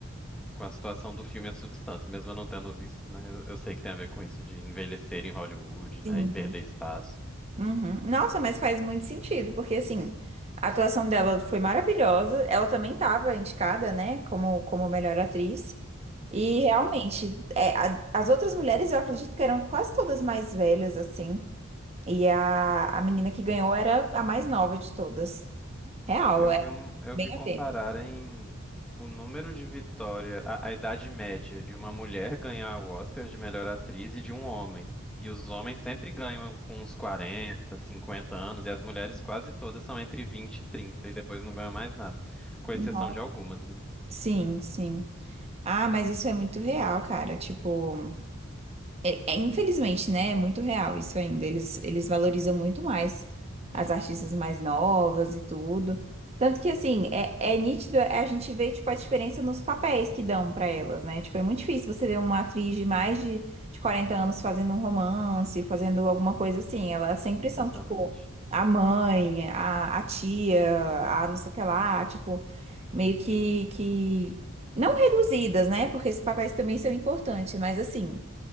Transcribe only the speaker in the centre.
com a situação do filme a substância. Mesmo eu não tendo visto, né? Eu, eu sei que tem a ver com isso, de envelhecer em Hollywood, né?
E perder espaço.
Uhum.
Eu
vi um, eu
vi compararem
o número de vitória, a, a idade média de uma mulher ganhar o Oscar de melhor atriz e de um homem. E os homens sempre ganham com uns 40 50 anos, e as mulheres quase todas são entre 20 e 30 e depois não ganham mais nada. Com
exceção de algumas, né?
Exatamente.